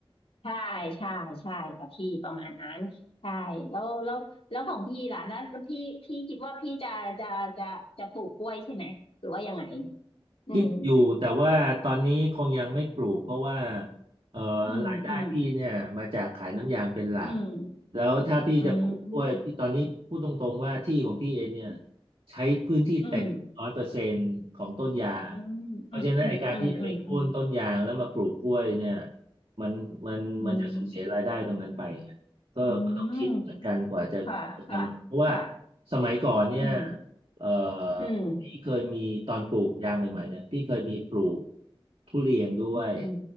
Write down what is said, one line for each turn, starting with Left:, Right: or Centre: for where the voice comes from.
Left: ใช่ใช่ใช่ค่ะพี่ประมาณนั้นใช่แล้วแล้วแล้วของพี่ล่ะแล้วแล้วพี่พี่คิดว่าพี่จะจะจะจะปลูกกล้วยใช่ไหมหรือว่ายังไงอืม
Right: คิดอยู่แต่ว่าตอนนี้คงยังไม่ปลูกเพราะว่าเอ่อรายได้พี่เนี่ยมาจากขายน้ำยางเป็นหลัก
Left: อืมอืมอืม
Right: แล้วถ้าพี่จะปลูกกล้วยพี่ตอนนี้พูดตรงๆว่าที่ของพี่เองเนี่ย
Left: อืม
Right: ใช้พื้นที่เต็มร้อยเปอร์เซ็นต์ของต้นยาง
Left: อืมอื
Right: เพราะฉะนั้นไอการที่จะไปโค่นต้นยางแล้วมาปลูกกล้วยเนี่ย
Left: มอืมอืมอืม
Right: มันมันมันจะสูญเสียรายได้ตรงนั้นไปไงก็ก็ต้องคิดเหมือนกันกว่าจะ
Left: อืมอืมอืมอืมค่ะค่ะค่ะ
Right: ทำมันเพราะว่าสมัยก่อนเนี่ย
Left: อืม
Right: เอ่อ
Left: อืม
Right: พี่เคยมีตอนปลูกยางใหม่ๆเนี่ยพี่เคยมีปลูกทุเรียนด้วย
Left: อืม